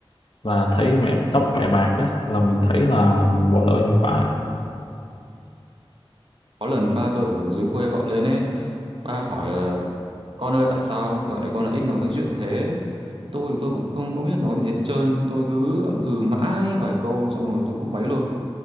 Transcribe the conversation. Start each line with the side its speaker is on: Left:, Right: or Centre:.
Left: là thấy mẹ tóc mẹ bạc á là mình thấy là mình bỏ lỡ nhiều quá
Right: Có lần ba tôi ở dưới quê gọi lên ấy, ba hỏi là con ơi tại sao dạo này con lại ít nói chuyện thế? Tôi tôi cũng không có biết nói gì hết trơn, tôi cứ ậm ừ mãi vài câu xong rồi tôi cúp máy luôn.